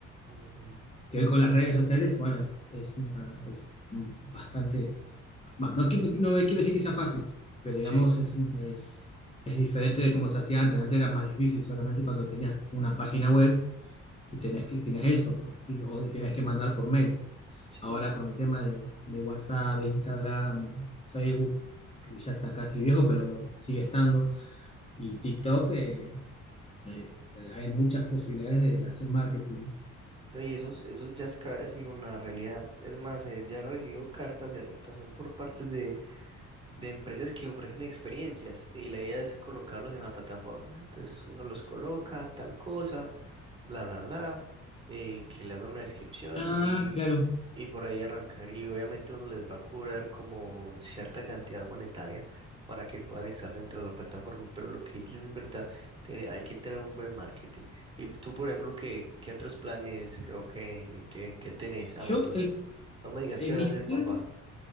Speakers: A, on the right; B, on the left.
A: ujú,
B: Que hoy con las redes sociales, bueno, es, es, una- es mm, bastante Va, no, qui- no, no quiero decir que sea fácil, pero digamos
A: Sí,
B: es, un- es, es diferente de cómo se hacía antes. Antes era más difícil solamente cuando tenías una página web y tenías, que- tenías eso, y, o, y tenías que mandar por mail.
A: sí.
B: Ahora con el tema de, de WhatsApp, Instagram, Facebook, que ya está casi viejo, pero sigue estando, y TikTok, eh, eh, hay muchas posibilidades de hacer marketing.
A: No, y eso, es- eso ya es casi una realidad. Es más, eh, ya recibo cartas de aceptación por partes de, de empresas que ofrecen experiencias y la idea es colocarlos en la plataforma. Entonces uno los coloca, tal cosa, bla, bla, bla, eh, que le hagan una descripción
B: Ah,
A: y,
B: claro.
A: y por ahí arrancar. Y obviamente uno les va a cobrar como cierta cantidad monetaria para que puedan estar dentro de la plataforma. Pero lo que dices es verdad, tiene- hay que tener un buen marketing. Y tú, por ejemplo, ¿qué, qué otros planes que- o qué, qué, qué tenés a
B: Yo,
A: futuro?
B: el,
A: No me digas
B: en
A: qué vas
B: mis
A: a hacer,
B: planes
A: papá.